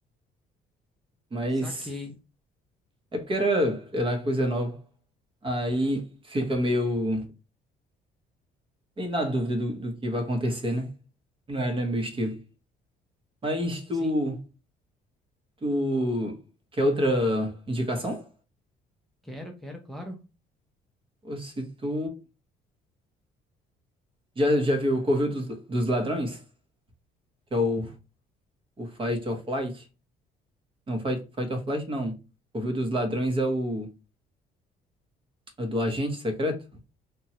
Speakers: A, on the right; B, in the centre.
A: mas
B: Saquei.
A: é porque era, sei lá, coisa nova. Aí fica meio, meio na dúvida do, do que vai acontecer, né? Não é, não é meu estilo. Mas tu,
B: Sim.
A: tu quer outra indicação?
B: Quero, quero, claro.
A: Ou se tu já, já viu o Covil dos, dos Ladrões, que é o, o Fight or Flight? Não, Fight, Fight or Flight não. Covil dos Ladrões é o, é o do agente secreto?